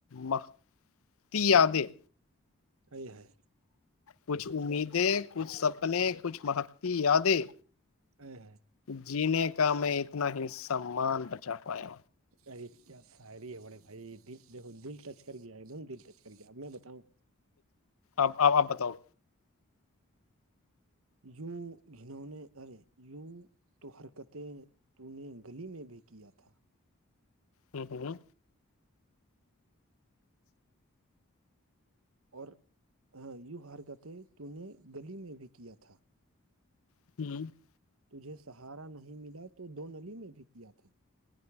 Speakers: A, on the left; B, on the right.
A: متی یادیں
B: اہے
A: کچھ امیدیں کچھ سپنے کچھ مہتی یادیں
B: ا ہ
A: جینے کا میں اتنا ہی سامان بچا پایا
B: ارے کیا ساعری ہے بڑے بھائی د دھو دل ٹچ کر گیا ایک دم دل ٹچ کر گیا اب میں بتاؤں
A: آپ آپ آپ بتاؤ
B: یوں گھنونے ارے ی تو حرکتیں تو نے گلی میں بھی کیا تھا
A: ہوں ہوں
B: اور ہ یوں حرکتیں تو نے گلی میں بھی کیا تھا
A: <inaudible>
B: تجھے سہارا نہیں ملا تو دو نلی میں بھی کیا تھا